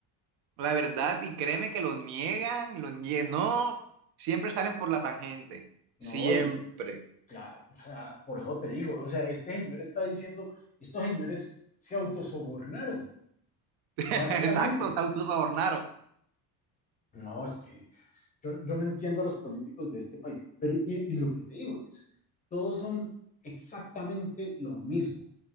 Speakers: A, on the right; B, on the left.
A: la verdad y créeme que lo niegan, lo niegan. No, siempre salen por la tangente.
B: No,
A: Siempre.
B: y claro, o sea, por eso te digo, o sea, este señor está diciendo, estos señores se autosobornaron,
A: <laughs>
B: básicamente.
A: Exacto, se autosobornaron.
B: No, es que yo, yo no entiendo a los políticos de este país. Pero, y, y lo que te digo es, todos son exactamente lo mismo,